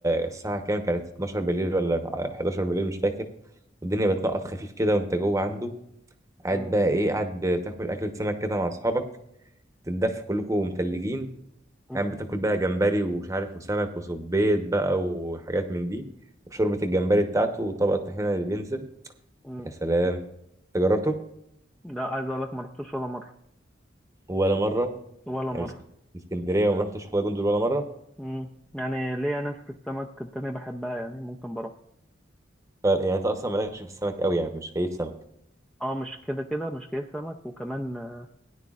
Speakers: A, on the right (about 15°); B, in the centre.
A: الساعة كام كانت 12 بالليل ولا 11 بالليل مش فاكر والدنيا بتنقط خفيف كده وانت جوه عنده قاعد
B: مم.
A: بقى ايه قاعد بتاكل أكلة سمك كده مع أصحابك تتدفوا كلكم متلجين
B: مم.
A: قاعد بتاكل بقى جمبري ومش عارف وسمك وصبيط بقى وحاجات من دي وشوربة الجمبري بتاعته وطبق الطحينة اللي بينزل
B: مم.
A: يا سلام انت جربته؟
B: لا عايز اقول لك ما رحتوش ولا مرة
A: ولا مرة
B: ولا
A: يعني
B: مرة
A: مس- من اسكندرية وما رحتش حوض جندل ولا مرة
B: مم. يعني ليا ناس في السمك التانية بحبها يعني ممكن بروح
A: ف- يعني انت أصلا مالكش في السمك قوي يعني مش كيف سمك
B: اه مش كده كده مش كيف سمك وكمان آه،